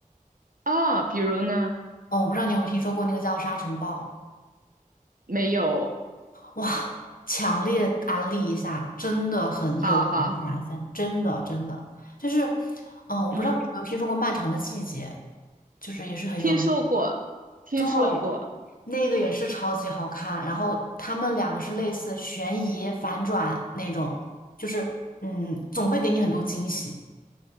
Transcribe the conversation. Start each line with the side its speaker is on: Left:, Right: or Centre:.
Right: 啊、比如呢？
Left: 哦，我不知道你有没有听说过那个叫《沙尘暴》，
Right: 没有，
Left: 哇，强烈安利一下，真的很有悬疑分，
Right: 好好，
Left: 真的真的就是，嗯、我不知道你有没有听说过《漫长的季节》，
Right: 嗯，
Left: 就是也是很有名。
Right: 听说过，听说过，
Left: 对，那个也是超级好看，然后他们两个是类似悬疑反转那种，就是嗯，总会给你很多惊喜。